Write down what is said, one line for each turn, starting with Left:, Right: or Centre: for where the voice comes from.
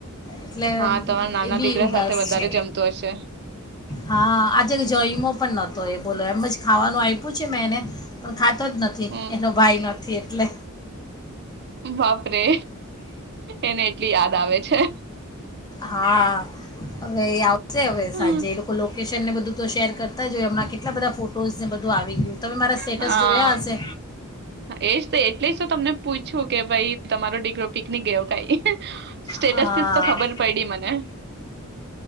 Left: એટલે
Right: હા તમારા નાના
Left: એ બી
Right: દીકરા
Left: ઉદાસ
Right: સાથે વધારે
Left: છે
Right: જમતો હશે.
Left: હા, આજે જયમો પણ નથી. તો એ બોલો એમ જ ખાવાનું આપ્યું છે મેં એને ખાતો જ નથી
Right: હમ.
Left: એનો ભાઈ નથી એટલે.
Right: બાપરે! એને એટલી યાદ આવે છે.
Left: હા, હવે આવશે હવે
Right: હમ.
Left: સાંજે એ લોકો. લોકેશનને બધું તો શેર કરતા જ હોય એમના કેટલા બધા ફોટઝને બધું આવી ગયું. તમે મારા સ્ટેટસ
Right: હા
Left: જોયા હશે
Right: એજ તો એટલે તો તમને પૂછું કે ભાઈ તમારો ડિગ્ર પિકનિક ગ કઈ સ્ટેટસ
Left: હા
Right: થી તો ખબર પયડી મને